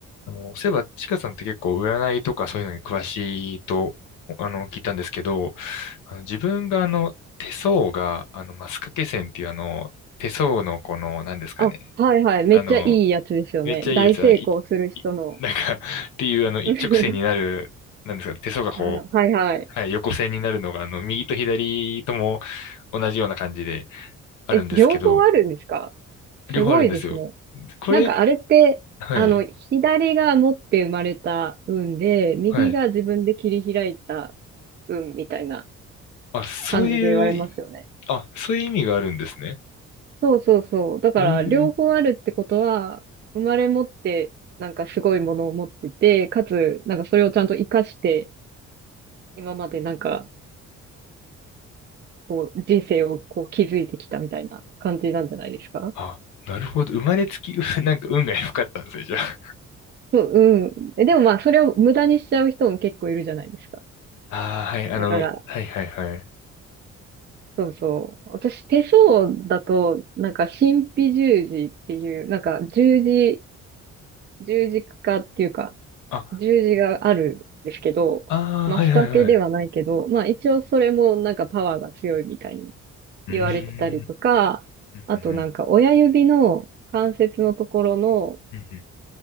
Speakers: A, on the left; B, on the right.
A: あの、そういえば、ちかさんって結構占いとかそういうのに詳しいと、あの、聞いたんですけど、あの、自分があの、手相が、あの、マスカケ線っていうあの、手相のこの、なんですかね。
B: あ、はいはい。めっちゃいいやつですよね。
A: あの、めっちゃいいやつ、
B: 大成功する人の。
A: あのい、い <laughs> なんか <laughs> っていうあの、一直線になる、
B: <laughs>
A: なんですかね、手相がこう、
B: あ、はいはい。
A: はい、横線になるのが、あの、右と左とも同じような感じであるんですけど、
B: え、両方あるんですかすごいですね。
A: 両方あるんですよ。これ、
B: なんかあれって、
A: はい、
B: あの、左が持って生まれた運で、右が自分で切り開いた
A: はい。
B: 運みたいな
A: あ、そういう、
B: 感じで言われますよね。
A: あ、そういう意味があるんですね。
B: そうそうそう。だから、
A: ええ
B: 両方あるってことは、生まれ持って、なんかすごいものを持ってて、かつ、なんかそれをちゃんと活かして、今までなんか、こう、人生をこう築いてきたみたいな感じなんじゃないですか
A: あ、なるほど。生まれつき、<laughs> うなんか運が良かったんですね、じゃあ。
B: そう、うん。えでもまあ、それを無駄にしちゃう人も結構いるじゃないですか。
A: ああ、はい、あの、
B: だから、
A: はいはいはい。
B: そうそう。私、手相だと、なんか、神秘十字っていう、なんか、十字、十字架っていうか、
A: あ、
B: 十字があるんですけど、
A: ああ、
B: マスカケではないけど、
A: はいはいはい。う
B: まあ、一応それもなんかパワーが強いみたいに
A: ーん。
B: 言われてたりとか、
A: うんうん
B: あとなんか、親指の関節のところの、
A: うんうんうん